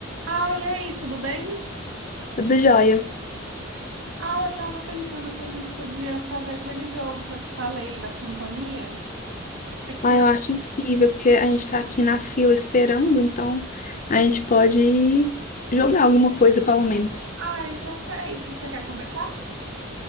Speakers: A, on the right; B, on the left.
A: Ah, e aí, tudo bem?
B: Tudo jóia.
A: Ah, eu tava pensando que a gente podia fazer aquele jogo que eu te falei da sintonia. O que que você
B: Ah,
A: acha?
B: eu acho incrível, porque a gente tá aqui na fila esperando, então a gente pode jogar alguma coisa, pelo menos.
A: Ai, perfeito. Você quer começar?